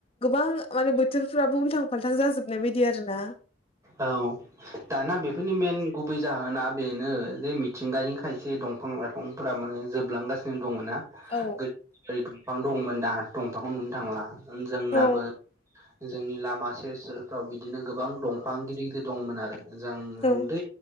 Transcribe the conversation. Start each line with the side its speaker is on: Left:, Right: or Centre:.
Left: गोबां माने बोथोरफ्राबो उल्थां फाल्थां जाजोबनाय बायदि आरो ना।
Right: औ दाना बेफोरनि मेन गुबै जाहोना बेनो जे मिथिंगानि खायसे दंफां लाइफांफोरा माने जोबलांगासिनो दङ ना।
Left: औ
Right: <unintelligible> बिफां दंमोन दाथ' दंफांखौनो नुनो थांला जोंनाबो
Left: औ
Right: जोंनि लामा सेर सेरफ्राव बिदिनो गोबां दं फां गिदिर गिदिर दंमोन आरो मोजां
Left: औ
Right: उन्दै